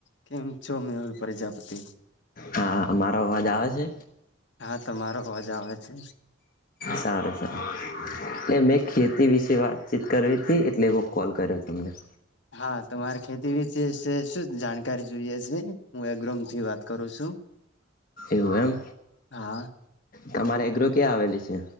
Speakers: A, on the left; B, on the left.
A: કેમ છો મેહુલ પ્રજાપતિ?
B: હા મારો અવાજ આવે છે.
A: હા તમારો અવાજ આવે છે.
B: સારું સારું એ મ ખેતી વિશેે વાતચીત કરવી. કે એટલે એવો કોલ કર્યો તમને.
A: હા તમારે ખેતી વિતેશે શું શું જાણકારી જોઈએ છે હું એગ્રોમ થી વાત કરું છું
B: એવું એમ.
A: હા
B: તમારે એગ્રો ક્યાં આવેલી છે.